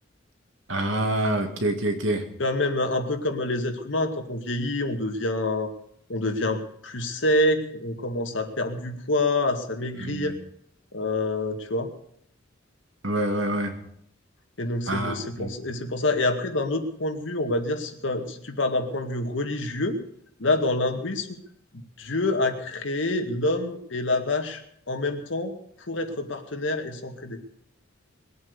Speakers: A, on the right; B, on the left.
A: Ah, ok, ok, ok.
B: Tu vois, même un peu comme les êtres humains, quand on vieillit, on devient, on devient plus sec, on commence à perdre du poids, à s'amaigrir,
A: Hmm.
B: euh, tu vois.
A: Ouais, ouais, ouais.
B: Et donc, c'est
A: Ah,
B: c'est
A: ok.
B: pour, et c'est pour ça. Et après, d'un autre point de vue, on va dire, si, t'as- si tu parles d'un point de vue religieux, là, dans l'hindouisme, Dieu a créé l'homme et la vache en même temps pour être partenaires et s'entraider.